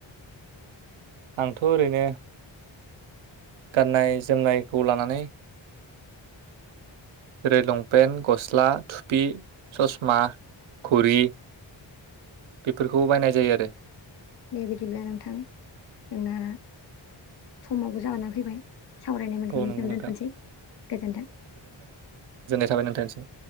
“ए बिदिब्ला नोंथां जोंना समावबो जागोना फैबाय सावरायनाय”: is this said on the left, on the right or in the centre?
Left